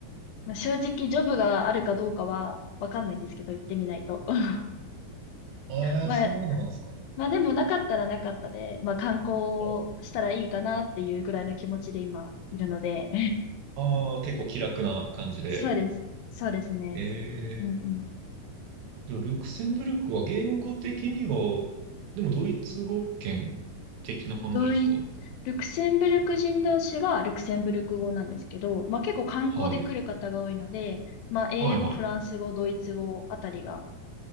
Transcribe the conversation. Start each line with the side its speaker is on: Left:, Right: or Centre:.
Left: まあ、正直ジョブがあるかどうかはわかんないんですけど、行ってみないと。<laughs>
Right: え、
Left: まあ
Right: そうなんですか。
Left: まあでもなかったらなかったで、まあ観光したらいいかなっていうぐらいの気持ちで今いるので、
Right: はい。ああ、結構気楽な感じで。
Left: <laughs> そうです。そうですね。
Right: ええ。
Left: うんうん。
Right: じゃあルクセンブルクは言語的には、でもドイツ語圏的な感じですか
Left: ドイ、ルクセンブルク人同士はルクセンブルク語なんですけど、まあ結構観光で来る方が多いので、
Right: はい。
Left: まあ英語、
Right: はいはいはい。
Left: フランス語、ドイツ語あたりが